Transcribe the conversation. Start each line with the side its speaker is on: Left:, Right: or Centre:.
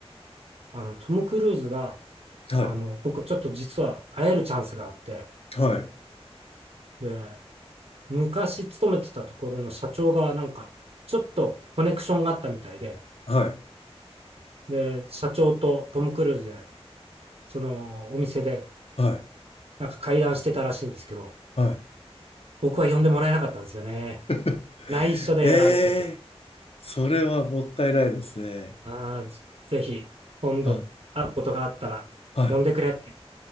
Right: あの、トム・クルーズが、
Left: はい。
Right: あの、僕ちょっと実は会えるチャンスがあって、
Left: はい。
Right: で、昔勤めてたところの社長がなんか、ちょっとコネクションがあったみたいで、
Left: はい。
Right: で、社長とトム・クルーズで、そのお店で
Left: はい。
Right: なんか会談してたらしいんですけど、
Left: はい。
Right: 僕は呼んでもらえなかったんですよね。
Left: <laughs>
Right: 内緒でやられてて。
Left: ええそれはもったいないですね。
Right: あーぜひ、今度会うことがあったら、
Left: はい。はい。
Right: 呼んでくれって、